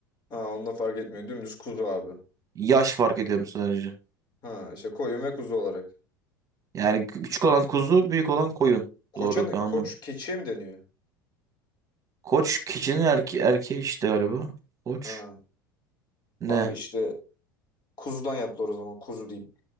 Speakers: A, on the left (about 40°); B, on the right (about 30°).
A: Ha onunla fark etmiyor. Dümdüz kuzu abi.
B: Yaş fark ediyorum sadece.
A: Ha işte koyun ve kuzu olarak.
B: Yani küçük olan kuzu, büyük olan koyun.
A: Koça
B: Doğru
A: ne?
B: ben onu.
A: Koç keçiye mi deniyor?
B: Koç keçinin erke erkeği işte galiba. Koç
A: Ha.
B: ne?
A: Kanka işte kuzudan yaptılar o zaman. Kuzu diyeyim.